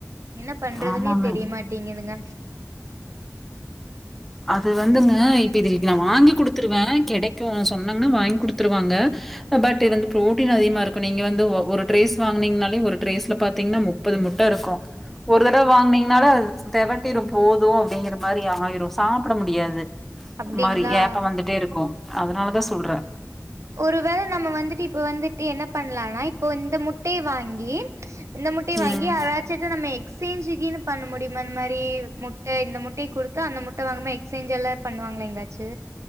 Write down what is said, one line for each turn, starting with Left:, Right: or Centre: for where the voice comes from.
Right: என்ன பண்றதுன்னே
Centre: ஆமாங்க
Right: தெரியமாட்டேங்குதுங்க
Centre: அது வந்துங்க இப்ப இது இன்னக்கி நா வாங்கி குடுத்துருவே கெடைக்கு சொன்னோம்னா வாங்கி குடுத்துருவாங்க பட் இருந்து ப்ரோட்டீன் அதிகமா இருக்கு நீங்க வந்து ஒரு ட்ரேஸ் வாங்கனீங்கனாலே ஒரு ட்ரேஸ்ல பாத்தீங்கன்னா மு ப்பது முட்ட இருக்கு ஒரு தடவை வாங்கனீங்கனால அது தெவட்டிடு போது அப்டிங்கிற மாரி ஆயிரு சாப்பிட முடியாது
Right: அப்டிங்களா
Centre: மாரி ஏப்ப வந்துட்டே இருக்கு அதனாலதா சொல்றே
Right: ஒருவேள நம்ம வந்துட்டு இப்ப வந்துட்டு என்ன பண்லானா இப்ப இந்த முட்டயை வாங்கி இந்த முட்டய வாங்கி
Centre: ம்.
Right: ஆராயி ச்சி நம்ம எக்ஸ்சேஞ்சுக்குன்னு பண்ண முடியுமா இந்த மாரி முட்ட இந்த முட்டய குடுத்தா அந்த முட்டைய வாங்க எக்ஸ்சேஞ்ச் எல்லா பண்ணுவாங்கள எங்காச்சு